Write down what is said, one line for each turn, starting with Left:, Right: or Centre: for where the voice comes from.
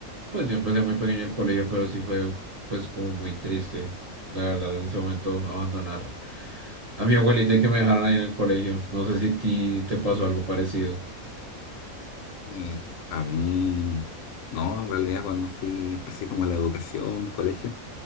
Right: pues yo empecé muy pequeño el colegio, pero sí fue pues como muy triste, la verdad, en ese momento abandonar a mi abuelita y que me dejaron ahí en el colegio. No sé si a ti te pasó algo parecido.
Left: eh, a mí, no, en realidad cuando fui, empecé como la educación, colegio,